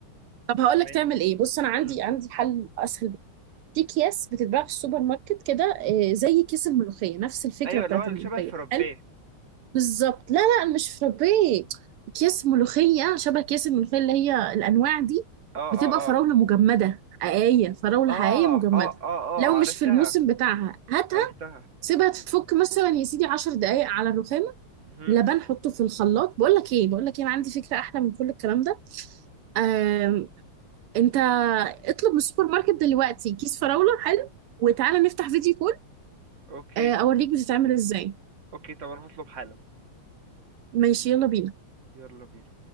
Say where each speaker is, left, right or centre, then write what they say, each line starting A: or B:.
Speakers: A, on the right; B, on the right.
A: طب
B: فاهمين
A: هقول لك تعمل ايه بص انا عندي
B: امم
A: عندي حل اسهل بكتير. في اكياس بتتباع في السوبر ماركت كده
B: امم
A: آه، زي كيس الملوخيه نفس الفكره
B: ايوه
A: بتاعت
B: اللي هو اللي
A: الملوخيه
B: شبه الفرابيه
A: حلو بالظبط لا لا مش فرابيه اكياس ملوخيه شبه اكياس الملوخيه اللي هي الانواع دي
B: اه
A: بتبقى
B: اه
A: فراوله
B: اه
A: مجمده حقيقيه فراوله
B: اه
A: حقيقيه مجمده
B: اه اه اه
A: لو
B: عرفتها
A: مش في الموسم بتاعها هاتها
B: عرفتها
A: سيبها تفك مثلا يا سيدي 10 دقايق على الرخام
B: امم
A: لبن حطه في الخلاط بقول لك ايه بقول لك ايه انا عندي فكره احلى من كل الكلام ده آم، انت اطلب من السوبر ماركت دلوقتي كيس فراوله حلو وتعالى نفتح فيديو كول
B: اوكي
A: آه، اوريك بتتعمل ازاي
B: اوكي طب انا هطلب حالا
A: ماشي يلا بينا
B: يلا بينا